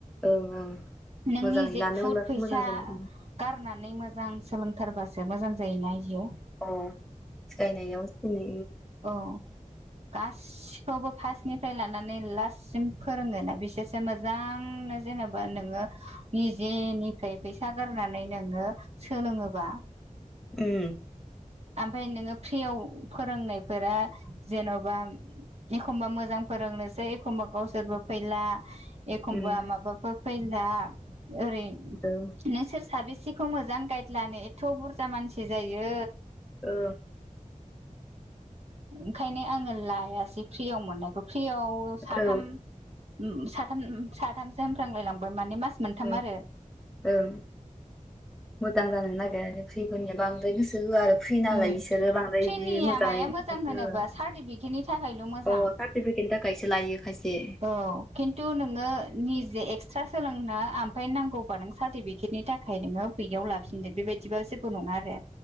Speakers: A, in the centre; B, on the right.
A: ओं
B: नोंनि
A: मोजाङै
B: जे
A: लानो
B: खुद
A: मोनबासो
B: फैसा
A: मोजां जायो उम
B: गारनानै नै मोजां सोलोंथारबासो मोजां जायोना बियो।
A: अ सिखायनायाव जोंनि
B: औ गास फावबो फार्स्टनिफ्राय लानानै लास्टसिम फोरोङोना बिसोरसो मोजांनो जेनेबा नोंङो निजेनिफ्राय फैसा गारनानै नोंङो सोलोङोबा
A: उम।
B: ओमफफ्राय नोंङो फ्रियाव फोरोंनायफोरा जेन'बा एखमबा मोजां फोरोंनोसै एखमबा गावसोरबो फैला एखमबा
A: उम
B: माबफोर फैयोला ओरै
A: ओं
B: नोंसोर साबेस एसेखौ मोजां गाइद लानो एथ' बुरजा मानसि जायो।
A: औ
B: ओंखायनो आंङो लायासै फ्रियाव मोननायखौ। फ्रियाव साथाम
A: औ
B: उम साथाम साथामसो होनफ्रांलायलांबाय माने मास मोनथाम
A: औ
B: आरो
A: औ मो मोजां जानो नागिरा आरो फ्रिफोरनिया बांद्राय गोसो होआ आरो फ्रि नालाय
B: उम
A: बिसोरो बांद्राय
B: प्रिनिया
A: बिदि मोजाङै
B: माया मोजां
A: गोसो
B: होनोबा
A: होआ
B: सार्टिफिकेटनि नि थाखायल' मोजां।
A: अ सार्टिफिकेटनि थाखायसो लायो खायसे
B: औ। खिन्थु नोंङो निजे एक्सट्रा सोलों आ ओमफ्राय नांगौबा नों सार्टिफिकेटनि थाखाय नोंङो बेयाव लाफिनदों बेबायदिबा जेबो नङा आरो।